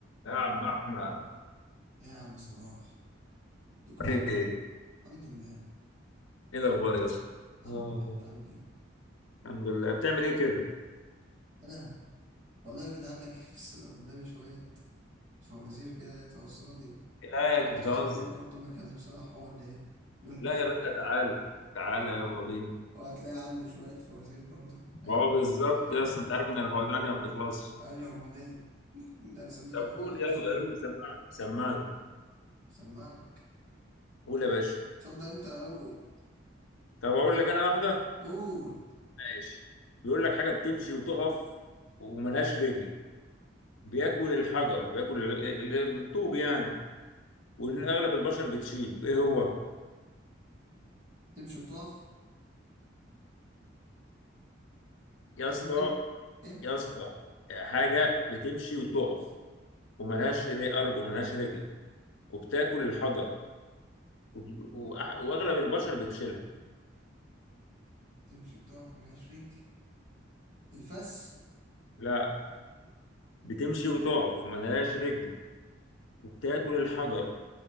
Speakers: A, on the left; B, on the right.
A: يا عم احمد
B: ايه يا عم صباح ليك واحد
A: ايه إيه
B: الحمد لله
A: الاخبار يا اسطى
B: الحمد
A: اه
B: لله انت عامل ايه
A: الحمد لله بتعمل ايه كده
B: انا والله بعيد عنك <laughs> بس انا قدامي شويه فوازير كده لقيتها قصادي
A: لا يا
B: مش
A: بتهزر
B: حد كده كنت بكلم صلاح هو اللي ايه ننكش
A: لا يا باشا
B: شويه
A: تعال تعال يلا بينا
B: وهتلاقي عنده شويه فوازير برضو
A: ما
B: هنكش
A: هو بالظبط
B: بيها يعني
A: يا اسطى انت عارف ان الفوازير عندي ما بتخلصش
B: ايوه امال ايه <laughs> ده سميتك
A: طب
B: صلاح
A: قول
B: فزور
A: يلا قول لي سمعني سمعني
B: سمعك
A: قول يا باشا
B: اتفضل انت الاول
A: طب اقول لك انا واحده
B: قول
A: ماشي بيقول لك حاجه بتمشي وتقف وملهاش رجل بياكل الحجر بياكل ال- ال- ال- الطوب يعني وان اغلب البشر بتشيله ايه هو
B: تمشي وتقف
A: يا
B: حاجه
A: اسطى
B: تمشي ايه
A: يا اسطى حاجه بتمشي وتقف وملهاش ري- أرجل ملهاش رجل وبتاكل الحجر و- وأح- وأغلب البشر بتشيلها
B: تمشي وتقف ملهاش رجل الفس
A: لا بتمشي وتقف وملهاش رجل وبتاكل الحجر